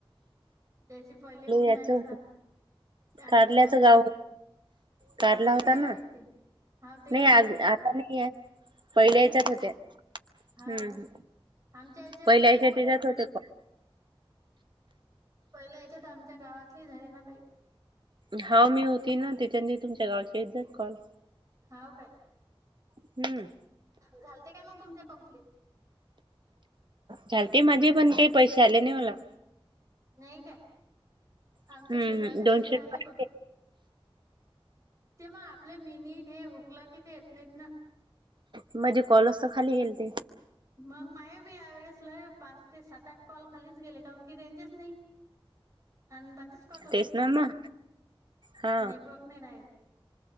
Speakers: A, on the right; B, on the right.
A: त्याची पहिले होऊन जायला
B: याच होत
A: का ते आमच्या
B: कारल्याच गाव
A: कारल्याची
B: कारला होता
A: येत
B: ना
A: वाटते हाव तेही
B: नाही
A: यात
B: आज
A: वाटते
B: आता नाही आहे पहिल्या
A: नाही
B: याच्यात
A: काय
B: होत्या
A: हाव
B: हम्म
A: काय
B: हम्म
A: आमच्या याच्यातही
B: पहिल्या याच्यात
A: पहिलं
B: त्याच्यात होते कॉल
A: पहिले याच्यात आमच्या गावातले झाले ना काही
B: हा मी होती ना त्याच्यानी तुमच्या गावाच्या येत जात कॉल
A: हाव काय
B: हम्म
A: झालते काय मग तुमच्या कंप्लीट
B: झालते माझे पण काही पैसे आले नाही मला
A: नाही काय आमच्या
B: हम्म
A: शेजराच्या
B: हम्म दोनशे
A: ताईला
B: रुपये
A: आले प ते मग आपले मिनीट हे हुकलं कि ते येत नाहीत ना
B: म्हणजे कॉलज तर खाली गेल ते
A: मग माझे बी यावेेळेस लय पाच ते सात आठ कॉल खालीच गेले कारण की त्यांचेच नाही आन बातच कट होती
B: तेच
A: तो
B: ना मग हा
A: नेटवर्क नाही राहील